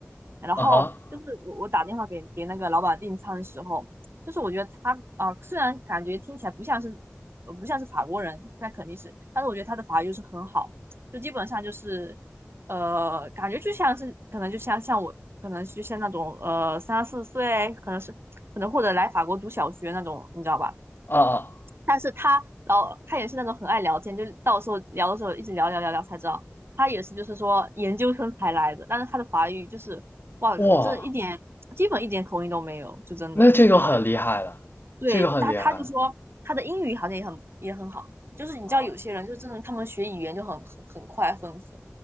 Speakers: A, on the right; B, on the left.
A: 然后就是我我打电话给给那个老板订餐的时候。
B: 啊哈
A: 就是我觉得他啊、呃虽然感觉听起来不像是呃不像是法国人，那肯定是，但是我觉得他的法语就是很好，就基本上就是呃感觉就像是可能就像像我可能就像那种呃三四岁，可能是可能或者来法国读小学那种，你知道吧？
B: 啊啊
A: 但是他老他也是那种很爱聊天，就是到时候聊的时候一直聊聊聊聊才知道。他也是就是说研究生才来的，但是他的法语就是哇，
B: 哇，
A: 真的一点基本一点口音都没有，就真的。
B: 那这个很厉害了，
A: 对他，
B: 这个很厉害了
A: 他就说他的英语好像也很也很好，就是你知道有些人就真的他们学语言就很很很快，
B: 啊。
A: 很很